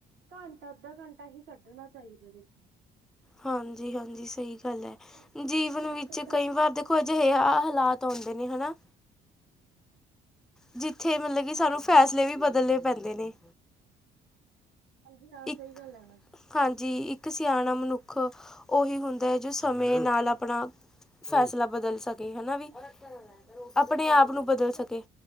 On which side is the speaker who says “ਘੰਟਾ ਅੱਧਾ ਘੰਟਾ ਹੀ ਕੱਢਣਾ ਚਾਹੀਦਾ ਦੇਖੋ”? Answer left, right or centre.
Right